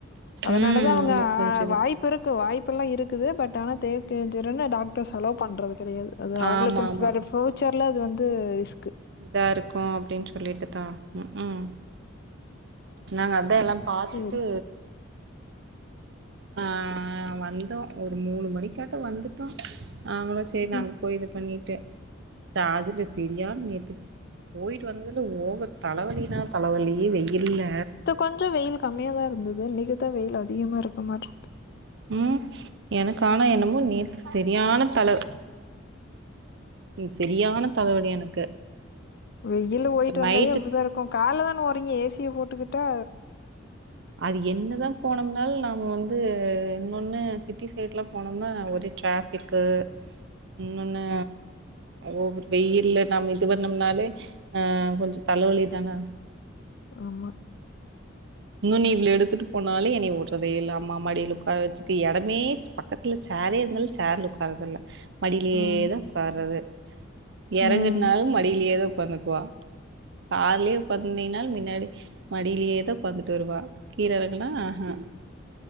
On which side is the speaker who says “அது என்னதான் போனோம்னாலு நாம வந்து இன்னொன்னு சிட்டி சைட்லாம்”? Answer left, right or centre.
Right